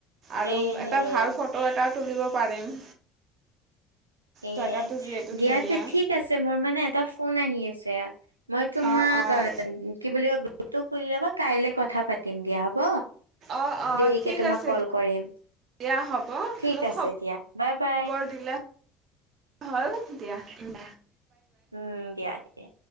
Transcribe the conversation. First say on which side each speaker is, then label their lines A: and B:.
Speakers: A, on the right; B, on the right.
A: আৰু
B: সেয়েহে
A: এটা ভাল ফটো এটা তুলিব পাৰিম।
B: এ
A: জেগাটো যিহেতু
B: দিয়াতে
A: ধুনীয়া।
B: ঠিক- ঠিক আছে, মোৰ মানে এটা ফোন আহি আছে, মই তোমাক
A: অ', অ',
B: কি বুলি কয়- গ্ৰুপটো খুলি লবা, কাইলে কথা পাতি- তিম দিয়া হ'ব,
A: অ', অ',
B: দেৰিকে
A: ঠিক
B: তোমাক
A: আছে
B: কল কৰিম।
A: দিয়া হ'ব,
B: ঠিক
A: মোক
B: আছে
A: খব
B: দিয়া বাই বাই
A: খবৰ দিলে- হল দিয়া, উম।
B: উম দিয়া ঠিকেই।